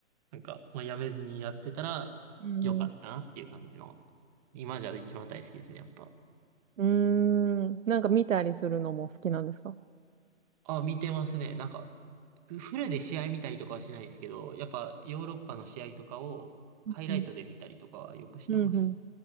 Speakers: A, on the right (about 30°); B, on the right (about 80°).
A: なんか、まあ、やめずにやってたら、
B: うん。
A: よかったなっていう感じの、今じゃ一番大好きですね、やっぱ。
B: うんうん。うーん。なんか見たりするのも好きなんですか
A: あ、見てますね。なんか、フルで試合見たりとかはしないですけど、やっぱヨーロッパの試合とかをハイライトで見たりとかはよくしてます。
B: うんうん。うん